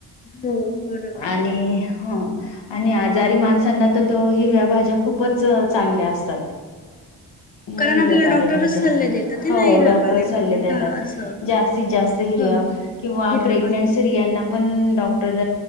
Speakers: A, on the left; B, on the left.
A: हो बरोबर
B: आणि हं. आणि आजारी माणसांना तर तो हिरव्या भाज्या खूपच चांगल्या असतात. नाही
A: कारण
B: हिरव्या
A: आपल्याला
B: पालेभाज्या
A: डॉक्टरच सल्ले देतात आहे
B: हो
A: ना हिरव्या
B: डॉक्टर
A: पालेभाज्या
B: सल्ले देतात.
A: खा असं
B: जास्तीतं जास्तं हिरव्या
A: हो
B: किंवा
A: हिरव्या
B: प्रेग्नेंटस्त्रीयांना
A: पाले
B: पण डॉक्टर